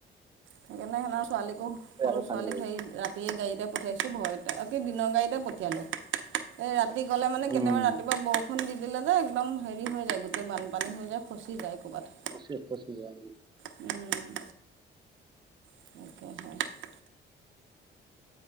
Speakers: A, on the right; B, on the right.
A: সেইকাৰণে, সেইদিনা ছোৱালীকো, সৰু
B: আকৌ
A: ছোৱালীক
B: পানী হৈ যাব।
A: হেৰি, ৰাতি গোটেই, গাড়ীতে পঠিয়াইছোঁ, ভয়তে! দিনৰ গাড়ীতে পঠিয়ালোঁ। এই, ৰাতি গ'লে মানে,
B: উম
A: কেতিয়াবা ৰাতিপুৱা বৰষুণ দি দিলে যে, একদম হেৰি হৈ যায়, গোটেই বানপানী হৈ যায়। ফচি যায়, ক'ৰবাত।
B: চেচ ফচি যায়
A: <unintelligible> উম! <unintelligible>